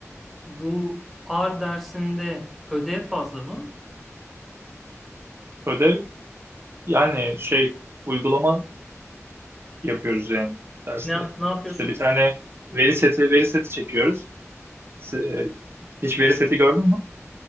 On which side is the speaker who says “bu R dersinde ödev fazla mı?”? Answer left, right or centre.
Centre